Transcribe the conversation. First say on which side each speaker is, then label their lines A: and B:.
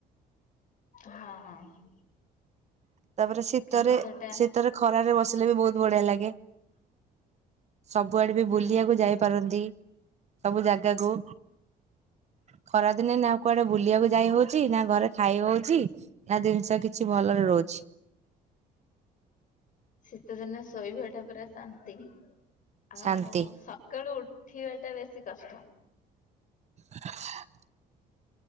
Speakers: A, on the left; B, on the right.
A: ହଁ ହଁ।
B: ତାପରେ ଶୀତରେ
A: କିନ୍ତୁ ସେଟା
B: ଶୀତରେ ଖରାରେ ବସିଲେ ବି ବହୁତ୍ ବଢ଼ିଆ ଲାଗେ। ସବୁଆଡ଼େ ବି
A: ହୁଁ
B: ବୁଲିବାକୁ ଯାଇପାରନ୍ତି ସବୁ ଜାଗାକୁ। ଖରାଦିନେ ନା କୁଆଡେ ବୁଲିବାକୁ ଯାଇ ହଉଛି ନା ଘରେ ଖାଇ ହଉଛି। ନା ଜିନିଷ କିଛି ଭଲରେ ରହୁଛି।
A: ଶୀତଦିନେ ଶୋଇବା ଟା ପୁରା ଶାନ୍ତି ଆଉ
B: ଶାନ୍ତି
A: ସକାଳୁ ଉ ଉଠିବାଟା ଟା ବେଶୀ କଷ୍ଟ।
B: <unintelligible>